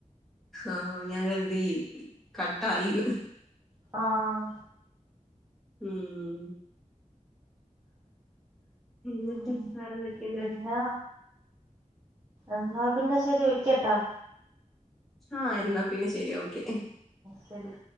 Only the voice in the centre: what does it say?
ആഹ് ഞാൻ കരുതി കട്ടായിന്ന്.
ഉം എന്നിട്ട്
വേറെന്തൊക്കെയുണ്ട്
ആഹ എന്നാ പിന്നെ ശരി ഓക്കെ.